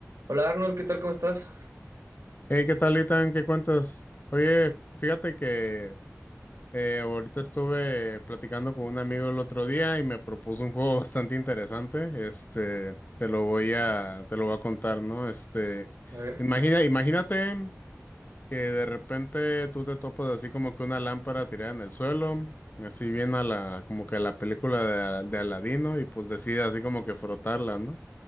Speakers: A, on the right; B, on the left.
A: Hola Arnold, ¿qué tal? ¿Cómo estás?
B: Hey, ¿qué tal, Itan? ¿Qué cuentas? Oye, fíjate que eh, ahorita estuve platicando con un amigo el otro día y me propuso un juego bastante interesante. Este, te lo voy a, te lo voy a contar, ¿no? Este,
A: A ver,
B: imagina, imagínate que de repente tú te topas así como que una lámpara tirada en el suelo, así bien a la, como que a la película de, Al- de Aladino y pues decides así como que frotarla, ¿no?